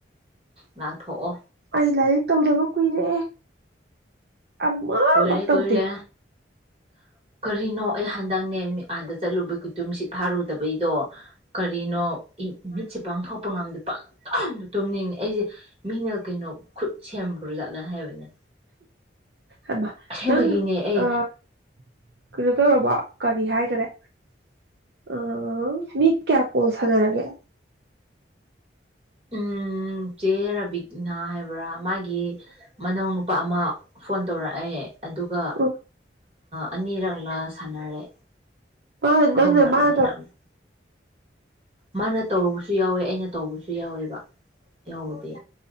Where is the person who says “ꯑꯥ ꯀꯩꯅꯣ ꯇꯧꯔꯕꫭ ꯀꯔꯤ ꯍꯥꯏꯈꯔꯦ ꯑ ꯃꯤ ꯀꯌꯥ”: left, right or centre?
Right